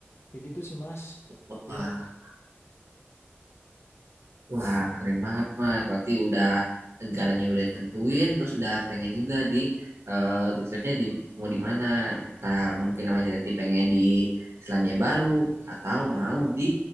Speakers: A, on the left; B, on the right.
A: Kayak gitu sih Mas.
B: Wah,
A: Rian.
B: Wah, keren banget, Mas. Berarti udah negaranya udah tentuin, terus udah pengen juga di eh researchnya di mau di mana. Entah mungkin Mas Yati pengen di Selandia Baru atau mau di